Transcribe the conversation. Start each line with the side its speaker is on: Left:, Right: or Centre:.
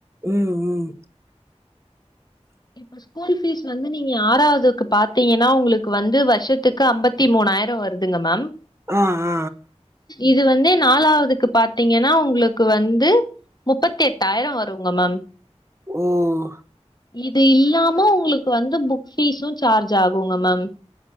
Right: ம் உம்
Left: இப்ப ஸ்கூல் ஃபீஸ் வந்து நீங்க ஆறாவதுக்கு பாத்தீங்கனா உங்களுக்கு வந்து வருஷத்துக்கு அம்பத்தி மூணாயிரோ வருதுங்க மேம்
Right: ஆ அ
Left: இது வந்து நாலாவதுக்கு பாத்தீங்கனா உங்களுக்கு வந்து முப்பத்தெட்டாயிரம் வருங்க மேம்
Right: ஓஹ்
Left: இது இல்லாம உங்களுக்கு வந்து புக் பீஸும் சார்ஜ் ஆகுங்க மேம்